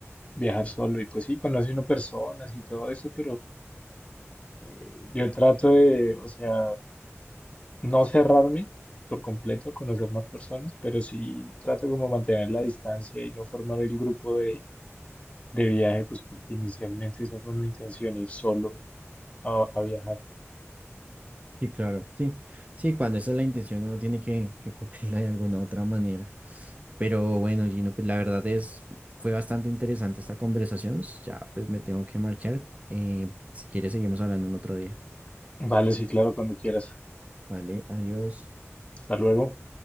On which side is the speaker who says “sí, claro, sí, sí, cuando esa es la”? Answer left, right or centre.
Right